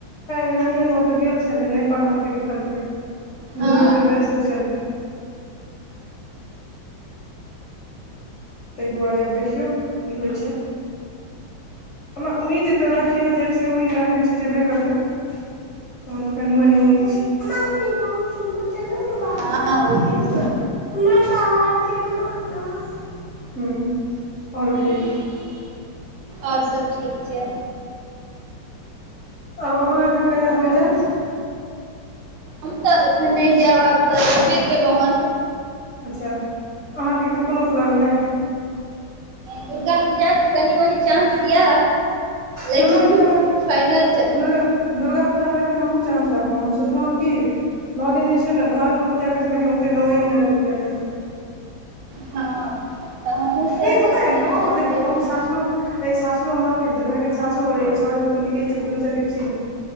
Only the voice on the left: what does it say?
हे नानिए गाँव तऽ गेल छलै नहि पढ़लकै लिखलकै
घुमयमे व्यस्त छलै ताहि दुआरे आब देखियौ की होइ छै ओना उम्मीद अतऽ रखियउ बेसी उम्मीद रखने छी जेबे करबै तहन त कनि मनी उम्मीद छै मम्मा चलो न बाहर
प्लीज
मम्मा बाहर चलो न हूँ और कहियो
आब अहाँ एखन
कहिया गाँव
जेब
अच्छा अहाँके एखन कोनो प्लान नहि
दुर्गा पूजामे
दुर्गा दुर्गा पूजामेब एहि बेर हमहूँ चान्स रखलहुँ हम सचलहुँ ह कि नौ दिन जे छै ने घरमे पूजा करै छै बहि ओते गाँवेमे जा क पूजा करी
नहि
पता है गाँ
देखिय
गाँ सासुरो सासुर सुरमे रहबै न त भरि दिन सासुरमे रहहिए साँझमे तक निकलिक घुमि सकै छी न